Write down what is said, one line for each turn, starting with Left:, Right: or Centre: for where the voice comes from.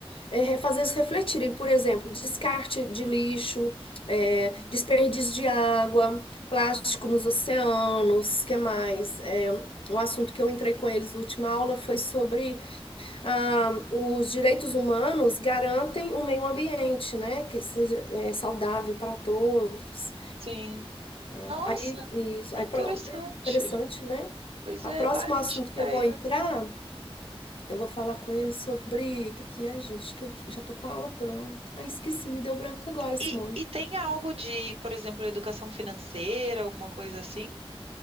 Left: é, fazer eles refletirem, por exemplo, descarte de lixo, é,
Right: Uhum.
Left: desperdício de água, plástico nos oceanos, que mais? É, um assunto que eu entrei com eles na última aula foi sobre ah, os direitos humanos garantem um meio ambiente, né? Que seja é, saudável para todos.
Right: Sim.
Left: É,
Right: Nossa,
Left: aí, isso,
Right: que
Left: aí,
Right: interessante.
Left: pro- é interessante, né?
Right: Pois
Left: O
Right: é,
Left: próximo
Right: bah, eu
Left: assunto
Right: não tinha ideia.
Left: que eu vou entrar
Right: Hum.
Left: eu vou falar com ele sobre o que que é, gente, que eu já tô com a aula pronta. Ah, esqueci, me deu branco agora, Simone.
Right: E, e tem algo de, por exemplo, educação financeira, alguma coisa assim?